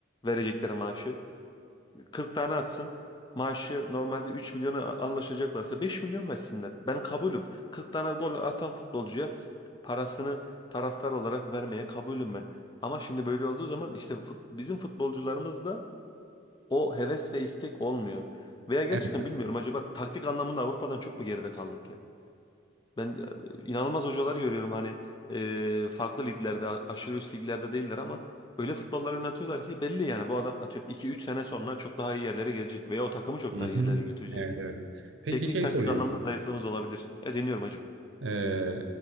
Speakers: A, on the left (about 25°); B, on the right (about 75°).
A: Verecekleri maaşı. 40 tane atsın. Maaşı normalde 3 milyona anlaşacaklarsa 5 milyon versinler. Ben kabulüm. 40 tane gol atan futbolcuya parasını taraftar olarak vermeye kabulüm ben. Ama şimdi böyle olduğu zaman işte fut- bizim futbolcularımızda o heves ve istek olmuyor. Veya gerçekten
B: Evet.
A: bilmiyorum acaba taktik anlamında Avrupa'dan çok mu geride kaldık ya? Ben e, inanılmaz hocalar görüyorum hani e, farklı liglerde a- aşırı üst liglerde değiller ama öyle futbollar oynatıyorlar ki belli yani bu adam atıyorum iki üç sene sonra çok daha iyi yerlere gelecek veya o takımı çok
B: Hı
A: daha iyi
B: hı.
A: yerlere götürecek.
B: Evet, evet. Peki
A: Teknik
B: şey
A: taktik
B: soracağım.
A: anlamında zayıflığımız olabilir. E dinliyorum hacım.
B: Ee,